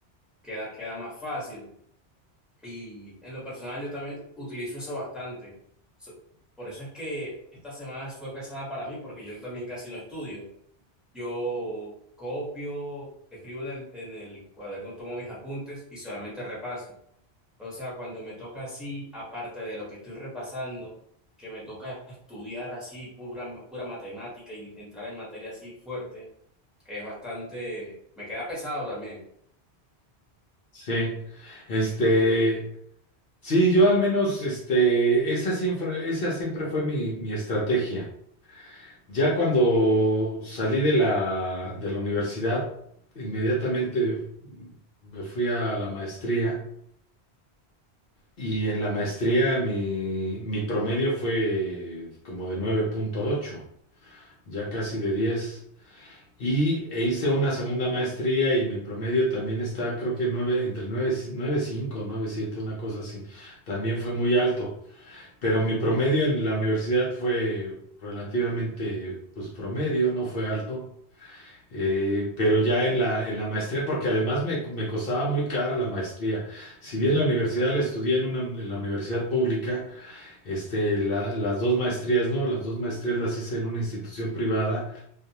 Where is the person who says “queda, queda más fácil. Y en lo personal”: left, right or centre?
Centre